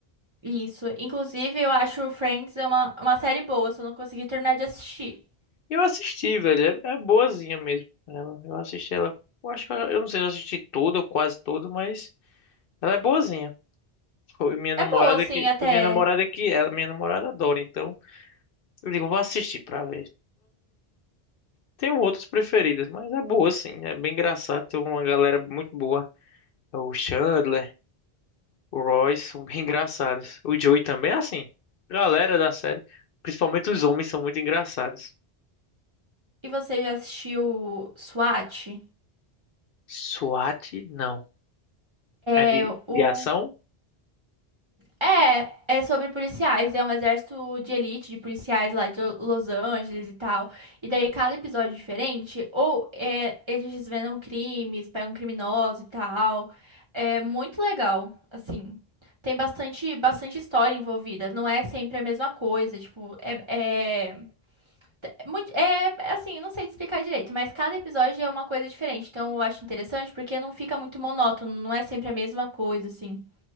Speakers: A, on the right (about 30°); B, on the left (about 65°).
A: Isso. Inclusive, eu acho Friends é uma, uma série boa, só não consegui terminar de assistir.
B: Eu assisti, velho. É, é boazinha mesmo. Ela, eu assisti ela. Eu acho que eu, eu não sei se eu assisti tudo ou quase tudo, mas ela é boazinha. Foi minha namorada
A: É boa, assim,
B: que.
A: até.
B: Foi minha namorada que ela, minha namorada adora, então. Eu digo, vou assistir pra ver. Tenho outros preferidas mas é boa, sim. É bem engraçado. Tem uma galera muito boa. É O Chandler, o Royce são bem engraçados. O Joey também é assim. Galera da série, principalmente os homens, são muito engraçados.
A: E você já assistiu SWAT?
B: SWAT, não. É de,
A: É
B: de
A: o.
B: ação?
A: É, é sobre policiais, é um exército de elite de policiais lá de Los Angeles e tal. E daí cada episódio é diferente, ou é, eles desvendam crimes, pegam criminosos e tal. É muito legal, assim. Tem bastante, bastante história envolvida, não é sempre a mesma coisa, tipo, é, é, mu- é, é assim, não sei te explicar direito, mas cada episódio é uma coisa diferente, então eu acho interessante porque não fica muito monótono, não é sempre a mesma coisa, assim.